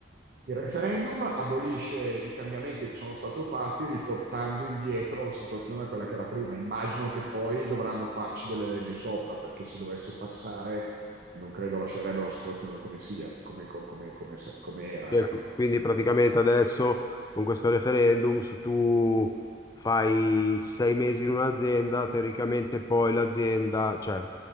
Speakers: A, on the right (about 55°); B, on the left (about 20°).
A: Il referendum abolisce i cambiamenti che sono stati fatti riportando indietro la situazione a quella che era prima. Immagino che poi dovranno farci delle leggi sopra, perché se dovesse passare non credo lascerebbero la situazione come sia, come, come, come, come era,
B: Cioè,
A: ecco.
B: quindi praticamente adesso con questo referendum, se tu fai sei mesi in un'azienda, teoricamente poi l'azienda, cioè,